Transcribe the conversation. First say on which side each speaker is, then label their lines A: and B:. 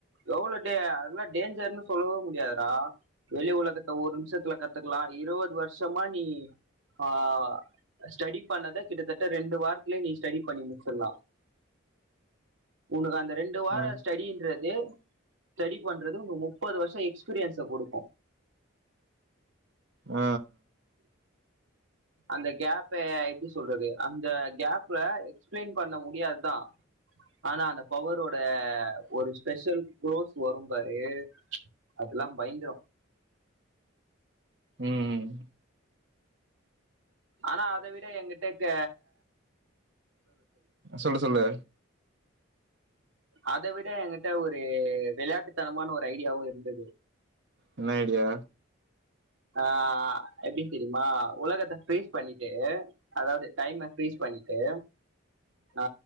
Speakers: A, on the right; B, on the right.
A: எவ்ளோ டே அதெல்லா டேஞ்சர்னு சொல்லவோ முடியாதுடா வெளி உலகத்த ஒரு நிமிஷத்துல கத்துக்குலா இருவது வருஷமா நீ ஆ ஸ்டடி பண்ணத கிட்டத்தட்ட ரெண்டு வாரத்துலயே நீ ஸ்டடி பண்ணி முச்சிட்லா உனக்கு அந்த ரெண்டு வார
B: ஆ
A: ஸ்டடின்றது ஸ்டடி பண்றது உனக்கு முப்பது வருஷ எக்ஸ்பீரியன்ஸ கொடுக்கு
B: ஆ
A: அந்த கேப்ப எப்டி சொல்றது அந்த கேப்ல எக்ஸ்பிளைன் பண்ண முடியாதுதா ஆனா அந்த பவரோட ஒரு ஸ்பெஷல் க்ளோஸ் வரும் பாரு அதுல்லா பயங்கரோ
B: ம்
A: ஆனா அத விட எங்கிட்ட க்க
B: சொல்லு சொல்லு
A: அத விட எங்கிட்ட ஒரு விளையாட்டுத்தனமான ஒரு ஐடியாவு இருந்தது
B: என்ன ஐடியா
A: ஆ எப்டி தெரியுமா உலகத்த ஃப்ரீஸ் பண்ணிட்டு அதாவது டைம ஃப்ரீஸ் பண்ணிட்டு ஆ